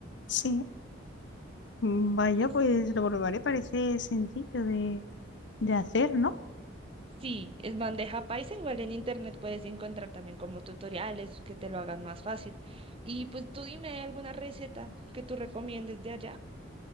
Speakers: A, on the left; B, on the right.
A: sí. Mm, Vaya,
B: S-
A: pues lo probaré, parece sencillo de, de hacer, ¿no?
B: Sí, es bandeja paisa, igual en internet puedes encontrar también como tutoriales que te lo hagan más fácil. Y pues tú dime alguna receta que tú recomiendes de allá.